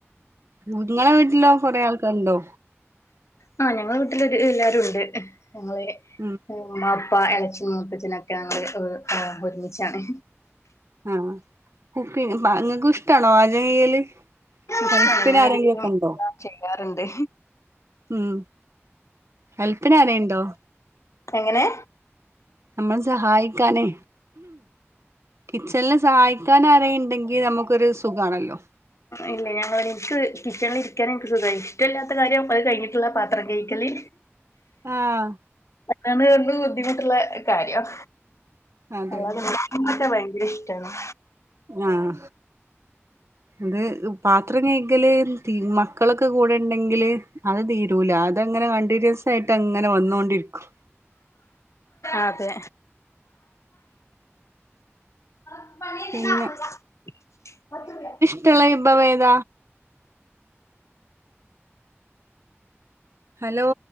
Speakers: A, on the right; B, on the left.
A: നിങ്ങളെ വീട്ടിലോ കൊറെ ആൾക്കാർ ഉണ്ടോ
B: ആഹ് ഞങ്ങടെ വീട്ടില്ല് ഒര് എല്ലരുും ഉണ്ട് ഞങ്ങടെ
A: ഉം
B: ബാപ്പ ഇളയാച്ചൻ മൂത്തച്ഛനൊക്കെ ഞങ്ങള് ഒരുമിച്ചാണ്
A: ആഹ് കുക്കിങ് നിങ്ങക്കും ഇഷ്ടാണോ പാചകം ചെയല്ല് ഹെൽപ്പിന്
B: ഇഷ്ടാണ് ഞാനൊരുവിധം
A: ആരെങ്കിലുമൊക്കെ ഉണ്ടോ
B: എല്ലാം ചെയ്യാറുണ്ട്
A: ഉം ഹെൽപ്പിന് ആരെണ്ടോ
B: എങ്ങനെ
A: നമ്മൾ സഹായിക്കാന് കിച്ചണില് സഹായിക്കാൻ അരുണ്ടെങ്കിൽ നമുക്കൊരു സുഖമാണല്ലോ
B: ഇല്ല ഞാന് എനിക്ക് കിച്ചണിൽ ഇരിക്കാന് ഒക്കെ സുഖമാഎനിക്ക് ഇഷ്ടമില്ലാത്ത കാര്യം അത് കഴിഞ്ഞട്ടുള്ള പത്ര പത്രം കഴുകല്ല്
A: ആഹ്
B: പാത്രം കഴുകല് ബുദ്ധിമുട്ടുള്ള കാര്യം
A: അതെ
B: അല്ലാതെന്താ മീൻ വെട്ടാൻ ഭയങ്കര ഇഷ്ടമാണ്
A: ആഹ് ഇത് പാത്രം കഴുകല്ല് മക്കളൊക്കെ കൂടെ ഉണ്ടെങ്കില് അത് തീരു കിട്ടൂല അതങ്ങനെ കണ്ടിന്യൂസ്സ് ആയിട്ട് അങ്ങനെ വന്നൊണ്ടിരിക്കും
B: അതെ <unintelligible>
A: പിന്നെ ട്ട്ള്ള ഇമ്പമേത ഹലോ